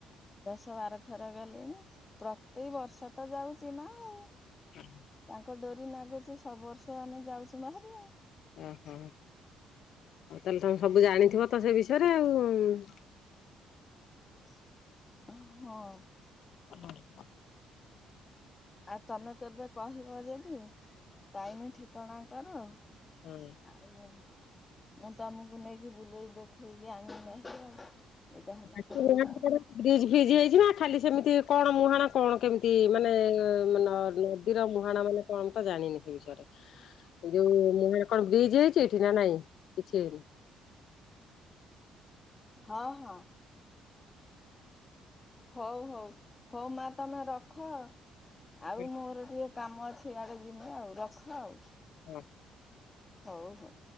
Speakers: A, on the left; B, on the left.
A: ଦଶ ବାର ଥର ଗଲିଣି। ପ୍ରତି ବର୍ଷ ତ ଯାଉଛି ମା ଆଉ।
B: ହଁ।
A: ତାଙ୍କ ଡୋରି ନାଗୁଛି ସବୁ ବର୍ଷ ଆମେ ଯାଉଛୁ ବାହାରି।
B: ଓହୋ। ଆଉ ତାହେଲେ ତମେ ସବୁ ଜାଣିଥିବ ତ ସେ ବିଷୟରେ ଆଉ।
A: ହଁ।
B: ହୁଁ।
A: ଆଉ ତମେ କେବେ କହିବ ଯଦି, ଟାଇମ୍ ଠିକଣା ତାର
B: ହୁଁ।
A: ଆଉ ମୁଁ ତମକୁ ନେଇକି ବୁଲେଇି ଦେଖେଇକି ଆଣିକି ନେଇଆସିବି ଆଉ। ଏଇଟା ହେଲା
B: <unintelligible>
A: କଥା
B: ଫ୍ରିଜ୍, ଫ୍ରିଜ୍ ହେଇଛି ନା ଖାଲି ସେମିତି କଣ ମୁହାଣ କଣ କେମିତି ମାନେ କ୍ଷୀର ମୁହାଣ ମାନେ କଣ ତ ଜାଣିନି ସେ ବିଷୟରେ। ଯୋଉ ମୁହଁଳା କଣ ବ୍ରିଜ୍ ହେଇଛି ଏଇଠି ନା ନାଇଁ? କିଛି ହେଇନି।
A: ହଁ ହଁ। ହୋଉ ହୋଉ। ହୋଉ ମା ତମେ ରଖ ଆଉ
B: ହେଇନି
A: ମୋର ଟିକେ କାମ ଅଛି ଇଆଡେ ଯିମୁ ଆଉ ରଖ ଆଉ।
B: ଉଁ।
A: ହୋଉ ହୋଉ।